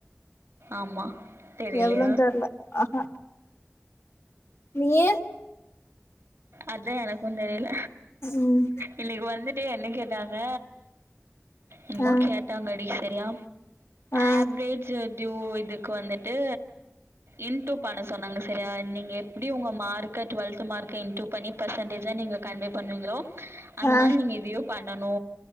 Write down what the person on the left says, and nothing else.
எவ்ளோ தெர்ல ஆஹா நீயே
ம்
ஆ
ஆ
ஆ